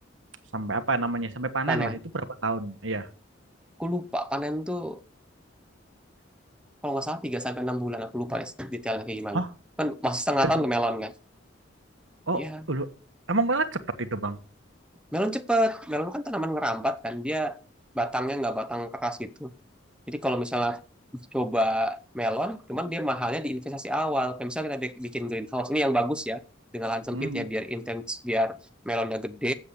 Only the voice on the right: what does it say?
sampai apa ya namanya? Sampai panen
lah itu berapa tahun? Iya.
Hah?
Tiga
se-
Oh, lu emang malah cepet itu Bang?
Hmm.